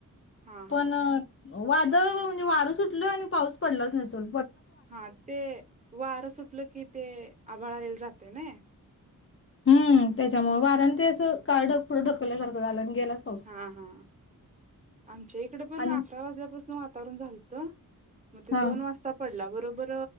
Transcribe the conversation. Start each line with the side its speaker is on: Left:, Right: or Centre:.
Right: हा हा
Left: पण वाद म्हणजे वारं सुटलं आणि पाऊस पडलाच नसल
Right: हा ते वारं सुटलं कि ते आभाळाले जाते ना
Left: हम्म त्याच्यामुळ ते वाऱ्याने ते असं काळ ढग अस पुुढं ढकल्यासारखं झालं गेलाच पाऊस
Right: हा हा आमच्या इकडे पण
Left: आणि
Right: अकरा वाजल्यापासून वातावरण झालत मग ते
Left: हा
Right: दोन वाजता पडला बरोबर